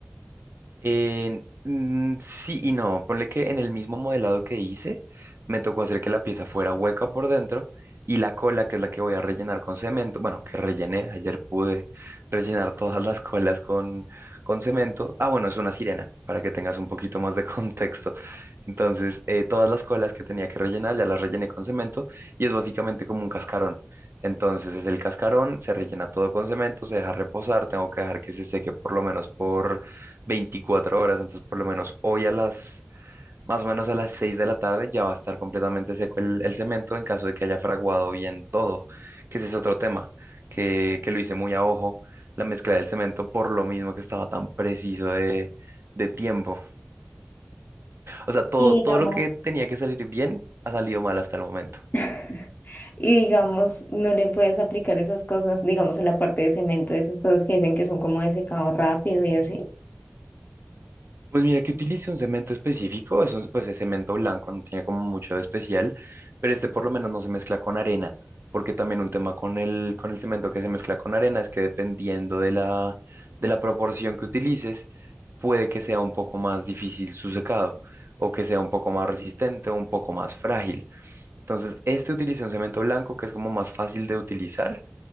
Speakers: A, on the right; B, on the left.
A: Eh, mm, sí y no, ponle que en el mismo modelado que hice, me tocó hacer que la pieza fuera hueca por dentro y la cola, que es la que voy a rellenar con cemento, bueno, que rellené, ayer pude rellenar todas las colas con, con cemento. Ah, bueno, es una sirena, para que tengas un poquito más de <laughs> contexto. Entonces, eh, todas las colas que tenía que rellenar ya las rellené con cemento y es básicamente como un cascarón. Entonces es el cascarón, se rellena todo con cemento, se deja reposar, tengo que dejar que se seque por lo menos por 24 horas, entonces por lo menos hoy a las, más o menos a las 6 de la tarde ya va a estar completamente seco el, el cemento en caso de que haya fraguado bien todo, que ese es otro tema, que, que lo hice muy a ojo, la mezcla del cemento por lo mismo que estaba tan preciso de, de tiempo. O sea, todo,
B: Y
A: todo
B: digamos,
A: lo que tenía que salir bien ha salido mal hasta el momento.
B: <laughs> Y digamos, no le puedes aplicar esas cosas, digamos, a la parte de cemento, esas cosas que dicen que son como de secado rápido y así.
A: Pues mira que utilice un cemento específico, es un- pues es cemento blanco, no tiene como mucho de especial, pero este por lo menos no se mezcla con arena, porque también un tema con el, con el cemento que se mezcla con arena es que dependiendo de la, de la proporción que utilices, puede que sea un poco más difícil su secado, o que sea un poco más resistente o un poco más frágil. Entonces, este utiliza un cemento blanco que es como más fácil de utilizar,